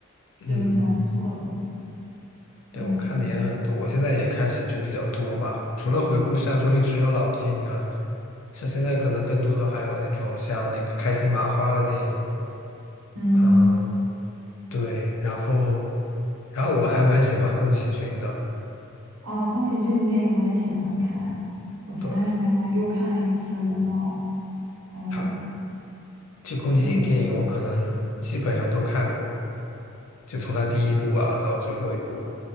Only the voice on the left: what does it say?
嗯，
对，
我看的也很多，我现在也看喜剧比较多吧。除了回顾像周星驰这种老电影啊，像现在可能更多的还有那种像那个开心麻花的电影，
嗯，对。然后，然后我还蛮喜欢宫崎骏的，
对，
他就宫崎骏电影我可能基本上都看过，
就从他第一部啊到最后一部，